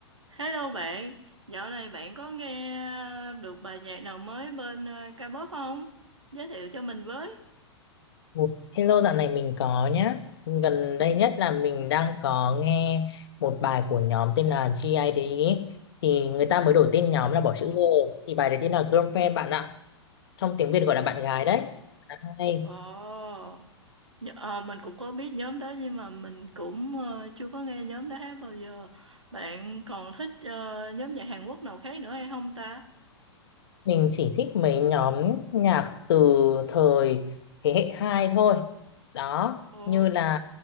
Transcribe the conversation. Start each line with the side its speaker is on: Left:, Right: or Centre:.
Right: Hello bạn, dạo này bạn có nghe ờ, được bài nhạc nào mới bên ờ, K-pop không? Giới thiệu cho mình với.
Left: Ồ, Hello, dạo này mình có nhá. Gần đây nhất là mình đang có nghe một bài của nhóm tên là GID ấy. Thì người ta mới đổi tên
Right: Ờ,
Left: nhóm là bỏ chữ G. Thì bài đấy tên là Girlfriend bạn ạ. Trong tiếng Việt gọi là bạn
Right: Ờ,
Left: gái đấy. Hay.
Right: ờ, Nh- ờ, mình cũng có biết nhóm đó nhưng mà mình cũng ờ, chưa có nghe nhóm đó hát bao giờ. Bạn còn thích ờ, nhóm nhạc Hàn Quốc nào khác nữa hay không ta?
Left: Mình chỉ thích mấy nhóm nhạc từ thời thế hệ 2 thôi. Đó,
Right: Ồ,
Left: như là